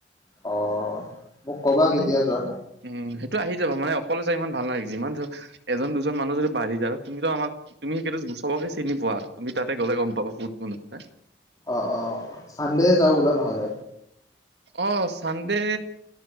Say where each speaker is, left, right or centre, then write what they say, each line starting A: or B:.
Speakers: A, on the left (about 20°); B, on the right (about 70°).
A: অ'। মোক কবা কেতিয়া
B: মানে,
A: যোৱা
B: উম সেইটো আহি যাবা মানে অকলে ইমান ভাল লাগি যিমান ধ এজন দুজন মানুহ যদি বাঢ়ি যা তুমি আমাক তুমি সেইটো চবকে চিনি চিনি পোৱা, তুমি তাতে গ'লে গম পাবা কোন কোন আছে।
A: অ', অ', চানডে যাওঁ উলা নহ'লে।
B: অ', চানডে,